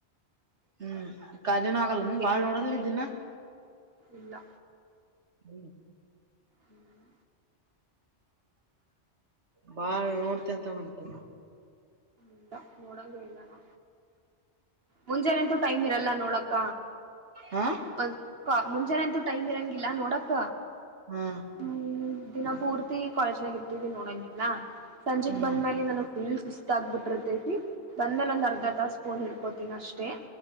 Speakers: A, on the right; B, on the right.
A: ಹ್ಮ್ ಖಾಲನ ಆಗಲ್ಲ
B: ಅದಕ್ಕೆ
A: ಬಾಳ್ ನೋಡದ ನಿ ದಿನಾ
B: ಇಲ್ಲ
A: ಹ್ಮ್
B: ಹ್ಮ್
A: ಬಾಳ್ ನೋಡ್ತೆ ಅಂತ ಮಾಡತದ
B: ಇಲ್ಲ ಮೂೋಡ ಕಲ ನಾ ಮುಂಜಾನೆಂತೂ ಟೈಮ್ ಇರಲ್ಲ ನೋಡಕ್ಕ
A: ಹಾ
B: ಒ ಮುಂಜಾನೆ ಅಂತೂ ಟೈಮ್ ಇರಂಗಿಲ್ಲ ನೋಡಕ್ಕ
A: ಹಾ
B: ಹ್ಮ್ ದಿನ ಪೂರ್ತಿ ಕಾಲೇಜ್ನಾಗ ಇರ್ತಿದವಿ ನೋಡಂಗಿಲ್ಲಾ ಸಂಜೆೆಗೆ
A: ಹ್ಮ್
B: ಬಂದ ಮೇಲೆ ನಾನ ಫುಲ್ ಸುಸ್ತ ಆಗ್ಬಿಟ್ಟಿರ್ತೈತಿ ಬಂದ ಮೇಲೆ ಒಂದು ಅರ್ಧರ್ ತ ಸ್ಪೂನ್ ಇರ್ತ ಅಷ್ಟೇ